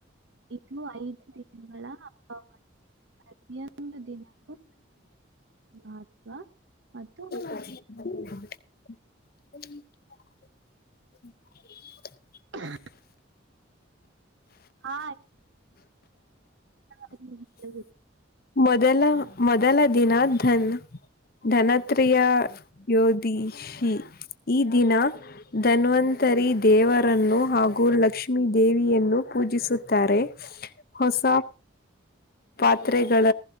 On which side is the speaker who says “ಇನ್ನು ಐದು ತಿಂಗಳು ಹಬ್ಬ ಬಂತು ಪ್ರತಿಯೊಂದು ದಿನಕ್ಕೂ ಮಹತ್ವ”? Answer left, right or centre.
Right